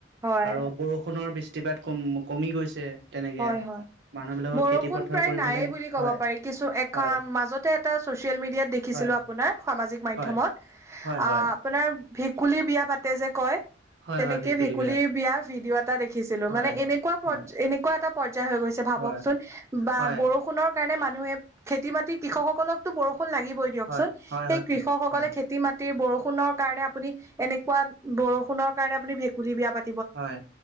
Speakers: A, on the right; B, on the right.
A: হয়
B: আৰু বৰষুণৰ বৃষ্টিপাত কম কমি গৈছে। তেনেকে
A: হয়, হয়।
B: মানুহ বিলাকৰ
A: বৰষুণ
B: খেতি পথাৰ
A: প্ৰায়
B: কৰিবলৈ
A: নায়ে বুলি ক'ব
B: হয়
A: পাৰি কিছু এখন
B: হয়
A: মাজতে এটা চচিয়েল মিডিয়াত দেখিছিলো
B: হয়
A: আপোনাৰ সামাজিক মাধ্যমত
B: হয় হয় হয়
A: আপোনাৰ ভেকুলীৰ বিয়া পাতে যে কয়
B: হয়
A: তেনেকে
B: হয় ভেকুলী
A: ভেকুলীৰ বিয়া ভিডিঅ' এটা দেখিছিলো
B: হয়
A: মানে এনেকুৱা
B: হয়
A: এনেকুৱা এটা পৰ্য হৈ গৈ ভাবকচোন
B: হয়
A: বা
B: হয়
A: বৰষুণৰ কাৰণে মানুহে খেতি মাটতি কৃষকসকলকো বৰষুণ ষুণ লাগিবৱে দিয়কচোন
B: হয় হয়
A: সেই
B: হয়
A: কৃষক
B: কি
A: সকলে
B: হয়
A: খেতিমাটি বৰষুণৰ কাৰণে আপুনি এনেকুৱা বৰষুণৰ কাৰণে আপুনি ভেকুলী বিয়া পাতি
B: হয়,